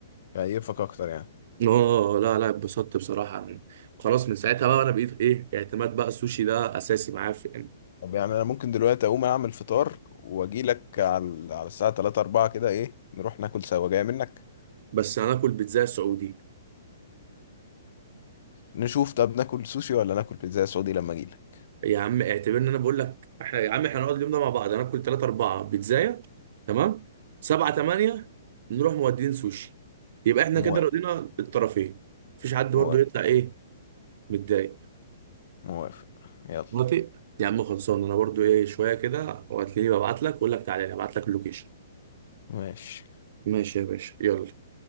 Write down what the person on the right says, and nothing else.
اه لا لا اتبسطت بصراحه من خلاص من ساعتها بقى انا بقيت ايه اعتماد بقى السوشي ده اساسي معايا في يعني
بس هناكل بيتزا سعودي
يا عم اعتبر ان انا بقول لك احنا يا عم احنا نقعد اليوم ده مع بعض انا اكل 3 4 بيتزايه تمام 7 8 نروح مودين سوشي يبقى احنا
كده رضينا الطرفين مفيش حد
برضه يطلع ايه متضايق
موافق يا عم خلصان انا برضه ايه شويه كده وهتلاقيني ببعت لك واقول لك تعالى ابعت لك اللوكيشن
ماشي يا باشا يلا